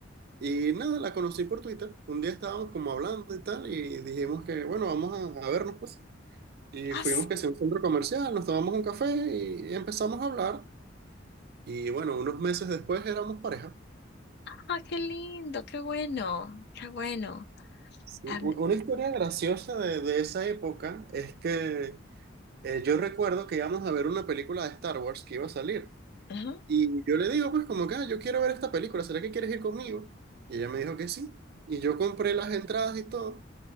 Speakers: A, on the right (about 55°); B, on the left (about 60°).
A: y nada, la conocí por Twitter. Un día estábamos como hablando y tal y dijimos que, bueno, vamos a, a vernos pues. Y
B: Ah,
A: fuimos
B: sí,
A: que sea un centro comercial, nos tomamos un café y empezamos a hablar. Y bueno, unos meses después éramos pareja.
B: ah, qué lindo, qué bueno, qué bueno.
A: Sí,
B: Ah,
A: u- una historia graciosa de, de esa época es que eh, yo recuerdo que íbamos a ver una película de Star Wars que iba a salir.
B: ujú.
A: Y yo le digo, pues como que, "Ah, yo quiero ver esta película, ¿será que quieres ir conmigo? Y ella me dijo que sí. Y yo compré las entradas y todo.